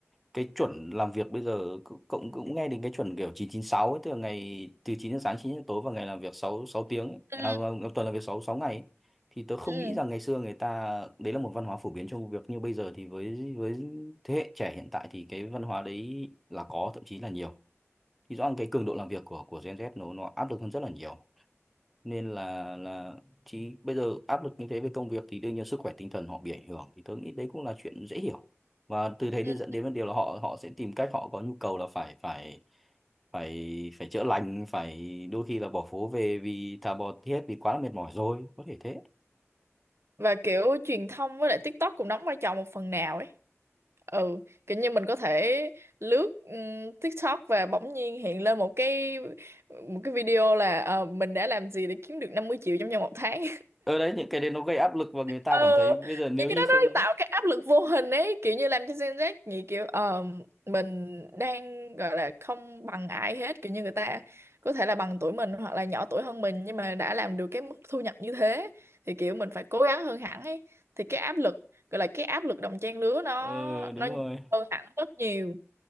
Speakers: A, in the centre; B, on the right.
A: cái chuẩn làm việc bây giờ cũng cũng cũng nghe đến cái chuẩn kiểu 996 ấy, tức là ngày từ 9 giờ sáng 9 giờ tối và ngày làm việc 6 6 tiếng ấy.
B: ừ
A: à, vâng, tuần làm việc 6 6 ngày ấy. thì tớ không
B: ừ
A: nghĩ rằng ngày xưa người ta đấy là một văn hóa phổ biến trong công việc như bây giờ thì với với thế hệ trẻ hiện tại thì cái văn hóa đấy là có thậm chí là nhiều thì rõ ràng cái cường độ làm việc của của Gen Z nó nó áp lực hơn rất là nhiều nên là là chị bây giờ áp lực như thế về công việc thì đương nhiên sức khỏe tinh thần họ bị ảnh hưởng thì tôi nghĩ đấy cũng là chuyện dễ hiểu và từ thế
B: ừ.
A: đi dẫn đến vấn đề là họ họ sẽ tìm cách họ có nhu cầu là phải phải phải phải chữa lành phải đôi khi là bỏ phố về vì thà bỏ thiết vì quá là mệt mỏi rồi có thể thế
B: và kiểu truyền thông với lại TikTok cũng đóng vai trò một phần nào ấy ừ kiểu như mình có thể lướt ừm, TikTok và bỗng nhiên hiện lên một cái một cái video là ờ, mình đã làm gì để kiếm được 50 triệu trong vòng một tháng
A: ở đấy những cái đấy nó gây áp lực và người ta
B: ừ,
A: cảm thấy bây giờ nếu
B: những cái
A: như
B: đó
A: không
B: nó tạo cái áp lực vô hình ấy kiểu như làm cho Gen Z nghĩ kiểu ờ, mình đang gọi là không bằng ai hết kiểu như người ta có thể là bằng tuổi mình hoặc là nhỏ tuổi hơn mình nhưng mà đã làm được cái mức thu nhập như thế thì kiểu mình phải cố gắng hơn hẳn ấy thì cái áp lực gọi là cái áp lực đồng trang lứa nó
A: ờ, đúng
B: nó
A: rồi
B: hơn hẳn rất nhiều